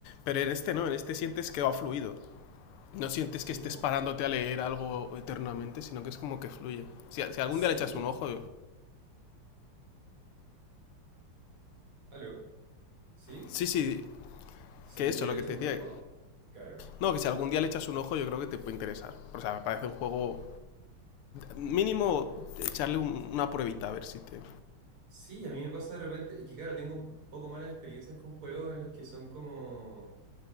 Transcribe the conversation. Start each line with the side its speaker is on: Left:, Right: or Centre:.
Left: Pero en este no, en este sientes que va fluido. No sientes que
Right: Mira.
Left: estés parándote a leer algo eternamente, sino que es como que fluye. Si, si algún
Right: Sí.
Left: día le echas un ojo...
Right: ¿Aló? ¿Sí?
Left: Sí, sí,
Right: Si
Left: que
Right: algún
Left: eso,
Right: día
Left: lo
Right: echas
Left: que te
Right: un
Left: decía.
Right: ojo, claro.
Left: No, que si algún día le echas un ojo yo creo que te puede interesar. O sea, me parece un juego Mínimo echarle un- una pruebita a ver si te...
Right: Sí, a mí me pasa de repente, es que claro, tengo un poco malas experiencias con juegos en los que son como